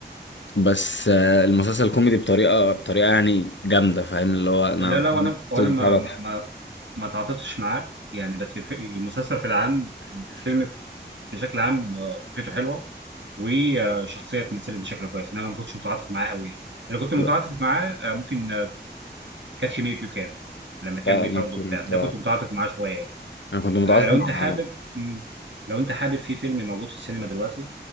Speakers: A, on the left; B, on the right.
A: بس آه، المسلسل كوميدي بطريقه بطريقه يعني جامده فاهم اللي هو انا
B: لا لا وانا وانا
A: بضحك
B: ما ما ما تعاطفتش معاه يعني بس الف- المسلسل في العام الفيلم في- بشكل عام آه، فكرته حلوه وشخصيه اتمثلت بشكل كويس انما ما كنتش متعاطف معاه قوي يعني اللي كنت متعاطف
A: لا
B: معاه آه، ممكن كاتش مي اف يو كان لما كان
A: لا،
B: بيطارده
A: انا كنت
B: وبتاع ده كنت متعاطف معاه شويه يعني.
A: انا كنت متعاطف
B: آه لو
A: مع
B: انت حابب مم. لو انت حابب في فيلم موجود في السينما دلوقتي